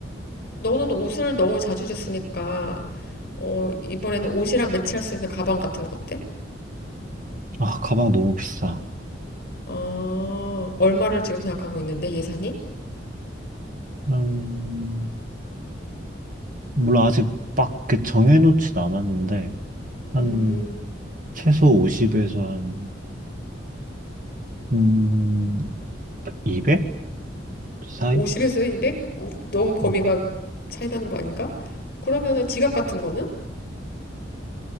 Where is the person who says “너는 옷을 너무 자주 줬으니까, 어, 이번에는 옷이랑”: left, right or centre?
Left